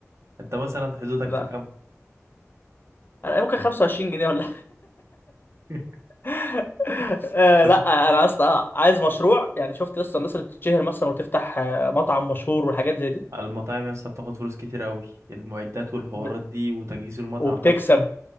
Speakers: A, on the right; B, on the left.
A: انت مثلا حدودك
B: لا
A: في كام
B: انا ممكن 25 جنيه ولا
A: <laughs>
B: <laughs> آه،
A: باشا
B: لا انا اصلا عايز مشروع يعني شفت اصلا الناس اللي بتتشهر مثلا وتفتح آه، مطعم مشهور والحاجات زي دي
A: المطاعم يا اسطى بتاخد فلوس كتير قوي المعدات والحوارات
B: وب-
A: دي وتجهيز المطعم
B: وبتكسب
A: نفسه